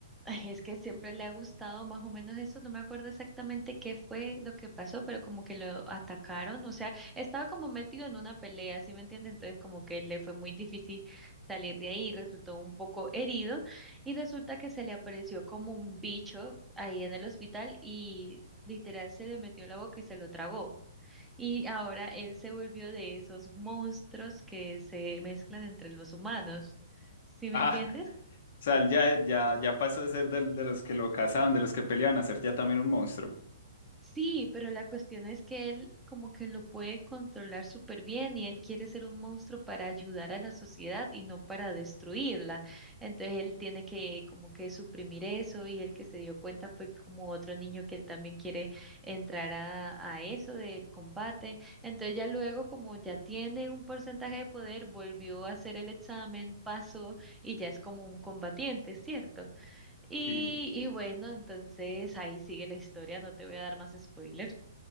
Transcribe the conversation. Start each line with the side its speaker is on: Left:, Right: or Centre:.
Centre: Ay, Es que siempre le ha gustado más o menos eso, no me acuerdo exactamente qué fue lo que pasó, pero como que lo atacaron, o sea, estaba como metido en una pelea, ¿sí me entiende? Entonces como que le fue muy difícil salir de ahí, resultó un poco herido y resulta que se le apareció como un bicho ahí en el hospital y literal se le metió en la boca y se lo tragó. Y ahora él se volvió de esos monstruos que se mezclan entre los humanos, ¿sí me
Left: Ah,
Centre: entiendes?
Left: o sea, él ya, ya, ya pasó de ser del- de, los que lo cazaban, de los que peleaban, a ser ya también un monstruo.
Centre: Sí, pero la cuestión es que él como que lo puede controlar súper bien y él quiere ser un monstruo para ayudar a la sociedad y no para destruirla. Entonces él tiene que como que suprimir eso y el que se dio cuenta fue como otro niño que él también quiere entrar a, a eso del combate. Entonces ya luego como ya tiene un porcentaje de poder, volvió a hacer el examen, pasó y ya es como un combatiente, ¿cierto? Y,
Left: Sí.
Centre: y bueno, entonces ahí sigue la historia, no te voy a dar más spoiler.